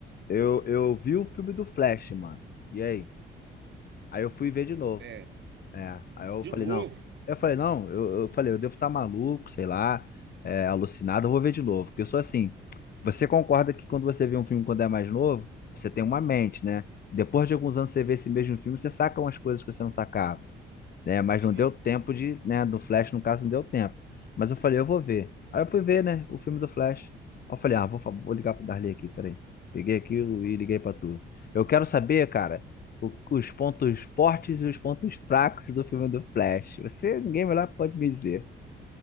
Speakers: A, on the left (about 50°); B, on the right (about 65°).
A: Eu, eu vi o filme do Flash, mano. E aí? Aí eu fui ver de
B: Sério.
A: novo. É. Aí eu
B: De
A: falei,
B: novo?
A: não. Eu falei, não, eu, eu falei, eu devo estar maluco, sei lá, é, alucinado, eu vou ver de novo. Porque eu sou assim. Você concorda que quando você vê um filme quando é mais novo, você tem uma mente, né? Depois de alguns anos você vê esse mesmo filme, você saca umas coisas que você não sacava né? Mas
B: Sim.
A: não deu tempo de, né? Do Flash, no caso, não deu tempo. Mas eu falei, eu vou ver. Aí eu fui ver, né? O filme do Flash. Aí eu falei, ah, vou, fa- vou ligar pro Darley aqui, peraí. Peguei aquilo e liguei pra tu. Eu quero saber, cara, o- os pontos fortes e os pontos fracos do filme do Flash. Você, ninguém melhor pode me dizer.